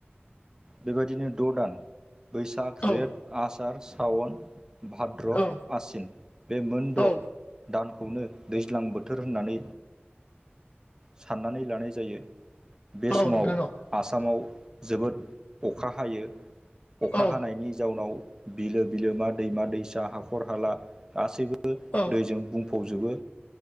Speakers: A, on the right; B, on the left.
A: बेबायदिनो द' दान बैसाग,
B: औ
A: जेद, आसार, सावन, भाद्र,
B: औ
A: आसिन बे मोन द'
B: औ
A: दानखौनो दैज्लां बोथोर होननानै साननानै लानाय जायो। बे
B: औ
A: समाव
B: नोंथां औ
A: आसामाव जोबोद अखा हायो। अखा
B: औ
A: हानायनि जाउनाव बिलो बिलो मा दैमा दैसा हाखर हाला गासैबो बो
B: औ
A: दैजों बुंफब जोबो।